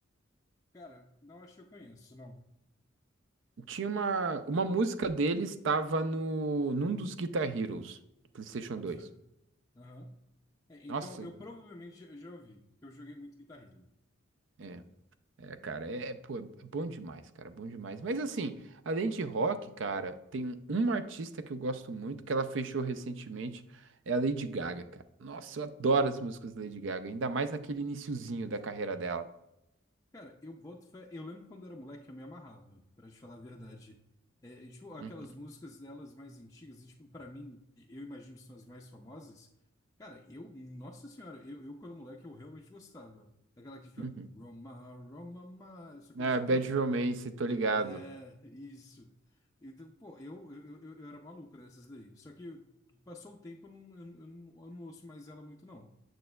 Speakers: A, on the left; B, on the right.
A: Cara, não acho que eu conheço, não.
B: Tinha uma, uma música deles, estava no, num dos Guitar Heroes do PlayStation
A: Eu boto
B: 2.
A: fé. Aham. É, então,
B: Nossa,
A: eu provavelmente já já ouvi, porque eu joguei muito guitarreiro.
B: é. É, cara, é, é, pô, é bom demais, cara, bom demais. Mas assim, além de rock, cara, tem uma artista que eu gosto muito, que ela fechou recentemente, é a Lady Gaga, cara. Nossa, eu adoro as músicas da Lady Gaga, ainda mais naquele iniciozinho da carreira dela.
A: Cara, eu boto fé. Eu lembro quando era moleque, eu me amarrava, pra te falar a verdade. É, é, tipo, aquelas
B: Uhum,
A: músicas delas mais antigas, e, tipo, pra mim, eu imagino que são as mais famosas. Cara, eu, nossa senhora, eu, eu quando moleque, eu realmente gostava. Aquela que fica
B: uhum.
A: Roma, Roma, ma", essa coisa
B: Ah,
A: toda.
B: Bad Romance, tô ligado.
A: É, isso. Então, pô, eu, eu, eu, eu era maluco nessas daí. Só que passou o tempo, eu não, eu, não, eu não eu não ouço mais ela muito, não.